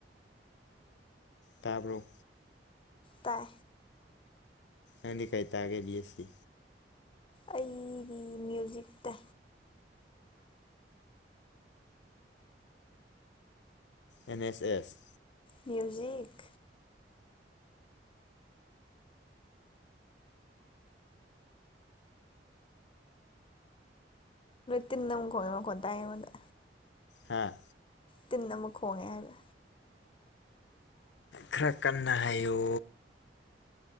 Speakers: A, on the left (about 80°); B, on the left (about 30°).
A: ꯇꯦꯕ꯭ꯂꯣ
B: ꯇꯥꯏ
A: ꯑꯪꯗꯤ ꯀꯩ ꯇꯥꯒꯦ ꯕꯤ ꯑꯦꯁ ꯁꯤ
B: ꯑꯩꯒꯤ ꯃ꯭ꯌꯨꯖꯤꯛꯇ
A: ꯑꯦꯟ ꯑꯦꯁ ꯑꯦꯁ
B: ꯃ꯭ꯌꯨꯖꯤꯛ ꯇꯅ ꯀꯠꯇꯑꯗ
A: ꯍꯥꯥ
B: ꯇꯤꯟ ꯅꯃ ꯈꯣꯒ ꯍꯥꯏꯕ
A: ꯈꯔ ꯀꯟꯅ ꯍꯥꯏꯌꯨ